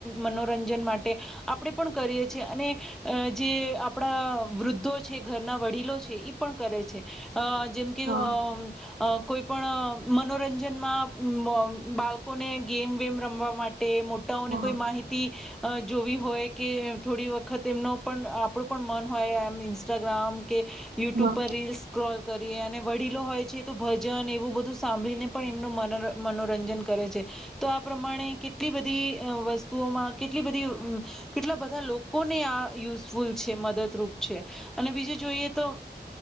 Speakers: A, in the centre; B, on the right (about 60°).
A: મનોરંજન માટે આપણેે પણ કરીએ છેએ અને જે આપણા વૃદ્ધો છે ઘરના વડીલો છે પણ કરે છે અ જેમ કે
B: હા
A: અ કોઈ પણ મનોરંજનમાં બાળકોને ગેમ વેમ રમવા માટે તે મોટાઓને
B: હા
A: કોઈ માહિતી જોવી હોય કે થોડી વખત એમનો પણ આપણું પણ મન હોય એમ ઇન્સ્ટાગ્રામ કે યુટ્યુબ
B: હા
A: પર રીલ્સ સ્ક્રોલ કરીએ અને વડીલો હોય છે તો ભ ભજન એવું બધું સાંભળીને પણ એમનું મન મનોરંજન કરે છે તો આ પ્રમાણે કેટલી બધી વસ્તુઓમાં કેટલી બધી કેટલા બધા લોકોને આ યુઝફુલ છે મદદરૂપ છે અને બીજું જોઈએ તો